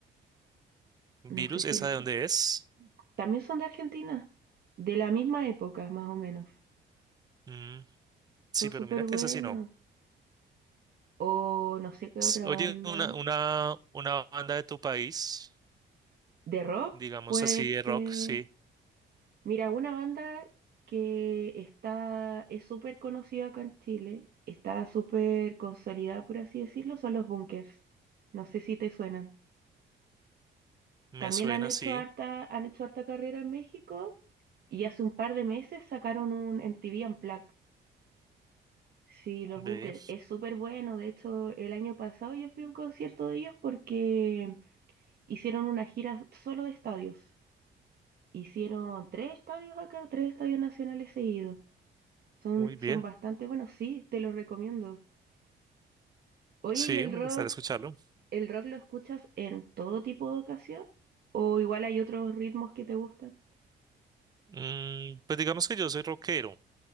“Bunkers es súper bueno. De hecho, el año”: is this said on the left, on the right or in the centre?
Right